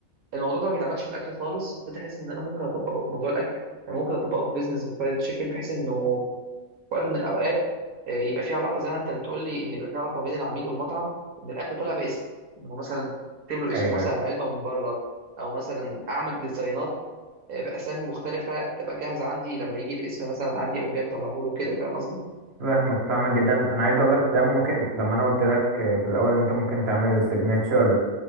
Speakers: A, on the right; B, on the right.
A: الموضوع ده ما بيتعملش في الاكل خالص ابتديت احس ان انا ممكن اطبقه في موضوع الاكل يعني ممكن اطبقه في بيزنس الفرايد تشيكن بحيث انه وقت من الاوقات آه، يبقى في علاقه زي ما انت بتقول لي ان يبقى في علاقه ما بين العميل والمطعم ان الاكل طلع باسم ان هو مثلا اكتب له اسمه
B: أيوه
A: مثلا
B: أيوه
A: علبه من بره او مثلا اعمل ديزاينات آه، باسامي مختلفه تبقى جاهزه عندي لما يجي الاسم مثلا عندي اقوم جاي مطلعه له كده فاهم قصدي؟
B: فاهمك فاهمك جدا أنا عايز أقولك ده ممكن لما أنا قلت لك في الأول إن أنت ممكن تعمل سيجنتشر